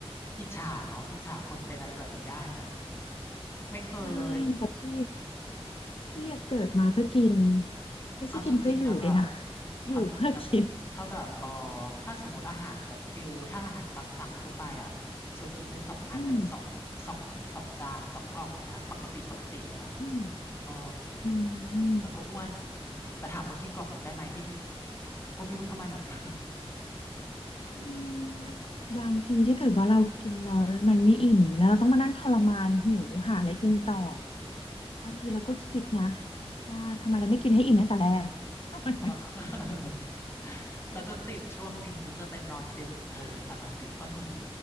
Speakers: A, on the left; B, on the left.
A: อิจฉาเนาะอิจฉาคนเป็นอะไรแบบนี้ได้นะไม่เคยเลย
B: ใช่แต่พี่พี่เกิดมาเพื่อกินไม่ใช่กินเพื่ออยู่ด้วยนะคะ
A: เอาจริงๆนะแบบ
B: อยู่เพื่อกิน
A: เอาจริงๆนะพี่ถ้าแบบเออถ้าสมมติอาหารแบบฟิลถ้าอาหารตามสั่งทั่วไปอ่ะเชลกินได้สองอันและสองสองสองจานสองกล่องเลยนะปกติปกติเลยนะ
B: อืมอืม
A: เออ
B: อืมอืม
A: แล้วก็อ้วนแต่ถามว่ากินกล่องหนึงได้ไหมไม่อิ่มก็ไม่รู้ทำไมเหมือนกัน <laughs>
B: อืมบางทีถ้าเกิดว่าเรากินแล้วมันไม่อิ่มแล้วเราต้องมานั่งทรมานหิวหาอะไรกินต่อบางทีเราก็คิดนะ
A: ใช่
B: ว่าทำไมเราไม่กินให้อิ่มตั้งแต่แรก <laughs>
A: <laughs>
B: ทำไมมัน
A: เออ <laughs> แล้วก็ติดช่วงนี้จะเป็นนอนดึกเออพอนอนดึกก็หิว